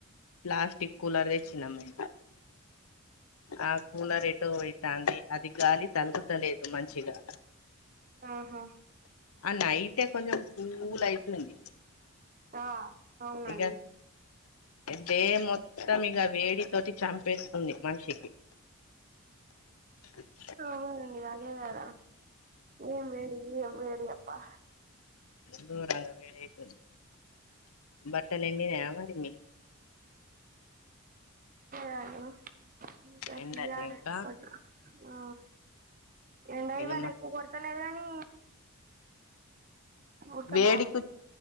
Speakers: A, on the left (about 75°); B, on the right (about 35°).
A: ప్లాస్టీక్ కూలర్ తేచ్చినం మేం ఆ కూలర్ ఎటో అయితంది అది గాలి తలుగుతలేదు మంచిగా.
B: ఆహా
A: ఆ నైటే కొంచం కూల్ అయితుంది.
B: ఆ అవునండి
A: ఇక డే మొత్తం ఇక వేడి తోటి చంపేస్తుంది మనిషికి <inaudible>
B: అవునండీ అదే కద ఏం లేదు ఏం లేదు అప్పా
A: దూరలు వేడి అయిపొనవి బట్టలెండి న మరి మీ
B: య <unintelligible>
A: ఎండలే ఇంకా
B: అ ఎండ ఇవాళ
A: ఇగ మ
B: ఎక్కువ కొడతలేదు గని ఒక్కదాన్ని
A: వేడికు